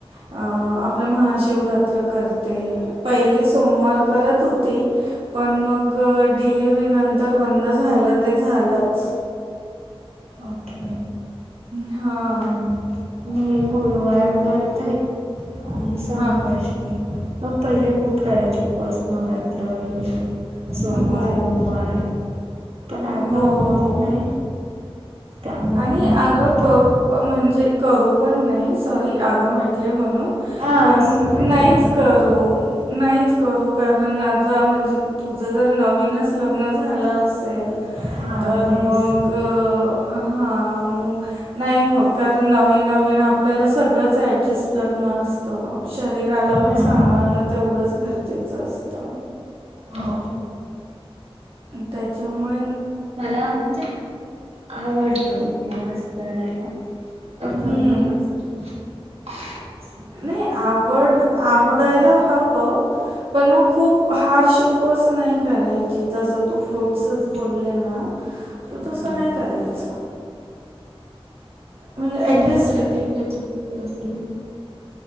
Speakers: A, on the right (about 65°); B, on the right (about 80°).
A: अ आपल्या मशिवरात्र करते पहिले सोमवार करत होते पण मग डिलिव्हरीनंतर बंद झालं ते झालंच.
B: ओके.
A: हा.
B: हम्म. मी गुरुवार करतय. आणि संकाष्टी
A: हां.
B: पहिले खूप काराचे उपवास नवरात्र वगैरे. सोमवार
A: हो.
B: गुरुवार पण आता
A: हो,
B: होत
A: हो.
B: नाही. त्यामुळे
A: आणि
B: मग
A: आग
B: फक्त
A: करू म्हणजे करू पण नाही सॉरी आग म्हटले म्हणून.
B: हा
A: पण
B: असू दे
A: नाहीच
B: काय नाही
A: करू. नाहीत करू कारण आता म्हणजे तुझं जर नवीनच लग्न झालं असेल.
B: हा
A: तर
B: येस
A: मग हा मग. नाही होत कारण नवीन नवीन आपल्याला सगळंच ऍडजस्ट करणं असतं शरीराला. आपण
B: हा
A: सांभाळणं तेवढंच गरजेचं असत.
B: हा.
A: त्याच्यामुळेळ.
B: मला म्हणजे आवडतो उपवास करायला. पहिल्यापासून.
A: हम्म
B: सगळ्यात
A: नाही आवड
B: मला आवड
A: आवडायला
B: आहे
A: हवं पण मग खूप हार शो पस नाही करायची जस तू
B: येस
A: फ्रूटसच बोलले ना. तो
B: हा
A: तस नाही करायच म्हणजे ॲटलिस्ट
B: तुम्ही काही काही खाच असेल